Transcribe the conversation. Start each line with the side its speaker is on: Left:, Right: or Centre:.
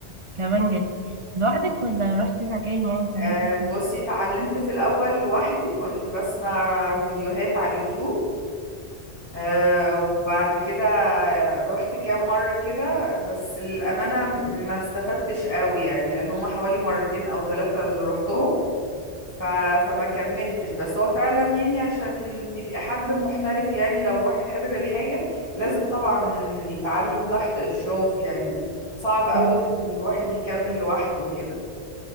Right: الكمانجة دي لوحدك ولا رحتي مكان يعني اتعلمتي
Left: أه
Right: فيه
Left: بصي اتعلمت في الاول لوحدي كنت بسمع فيديوهات على اليوتيوب أه وبعد كده رحت كام مرة كده بس الأمانة ما استفدتش قوي يعني لأن هما حوالي مرتين أو ثلاثة اللي رحتهم ف... فما كملتش بس هو فعلا يعني عشان تبقى حد محترف يعني لو الواحد حابب الحاجة لازم طبعا يتعلم تحت إشراف يعني صعب قوي
Right: مم.
Left: إن الواحد يكمل لوحده وكده